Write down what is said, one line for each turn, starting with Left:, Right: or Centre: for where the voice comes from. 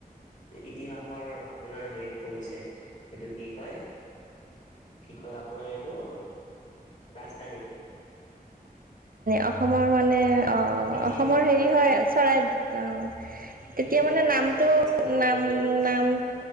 Left: ইতিহাসৰ আপোনাৰ হেৰিত পৰিছে এইটো কি কয় কি কয় আপোনাৰ এইটো ৰাজধানীত
Right: অসমৰ মানে অ'
Left: ইতিহাসৰ
Right: অসমৰ হেৰি
Left: ৰাজধানীত
Right: হয় চৰাই অ' তেতিয়া
Left: ইতিহাসৰ
Right: মানে নামটো
Left: ৰাজধানীত চাকৰি
Right: নাম
Left: কৰিবলৈ গৈছে
Right: নাম